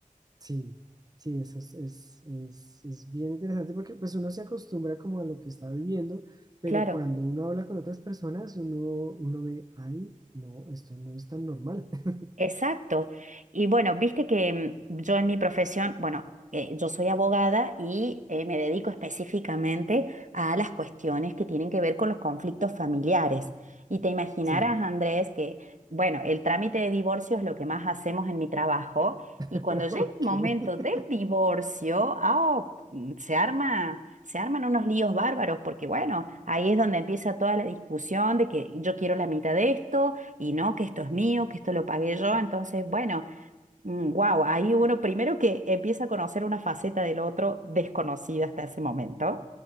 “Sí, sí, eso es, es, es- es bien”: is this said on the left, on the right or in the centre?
Right